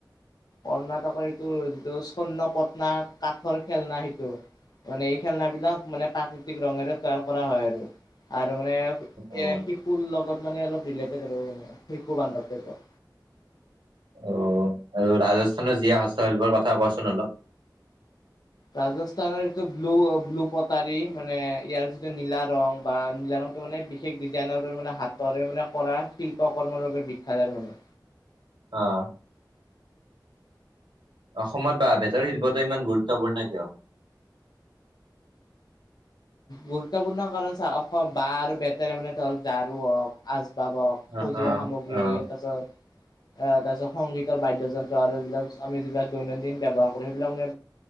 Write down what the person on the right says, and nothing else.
অ
অ' আৰু ৰাজস্থানৰ জী আই হস্তশিল্পৰ কথা কোৱাচোন অলপ।
আঁ। অসমত বাঁহ- বেতৰ শিল্পটো ইমান গুৰুত্বপূৰ্ণ কিয়?
অ
অ
অ